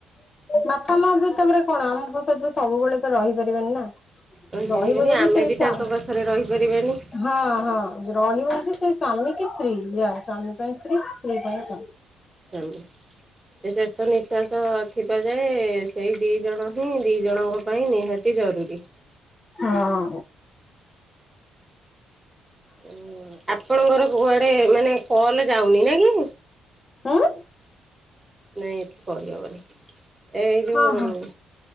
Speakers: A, on the left; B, on the right.
A: ବାପା ମା ବି ତମରେ କଣ ଆମ ସହିତ ସବୁବେଳେ ତ ରହିପାରିବେନି ନା।
B: ରହିପାରିବେନି
A: ରହିବ ଯଦି
B: ଆମେ
A: ସେଇ
B: ବି
A: ସ୍ୱା
B: ତାଙ୍କ ପାଖରେ ରହିପାରିବାନି।
A: ହଁ ହଁ ରହିବ ଯଦି ସେ ସ୍ଵାମୀ କି ସ୍ତ୍ରୀ ଯା ସ୍ଵାମୀ ପାଇଁ ସ୍ତ୍ରୀ ସ୍ତ୍ରୀ ପାଇଁ ସାମୀ।
B: ଚାଲୁ। ସେ ନିଶ୍ୱାସ ଥିବା ଯାଏ ସେଇ ଦି ଜଣ ହିଁ ଦି ଜଣଙ୍କ ପାଇଁ ନିହାତି ତି ଜରୁରୀ।
A: ହଁ।
B: ଓ ଆପଣଙ୍କର କୁଆଡେ ମାନେ କଲ ଯାଉନି ନା କି।
A: ଆଁ।
B: ନାଇଁ ଏଠି କହିହେବନି ଏ ଏଇ ଯେଉ
A: ହଁ
B: ମୁଁ
A: ହଁ।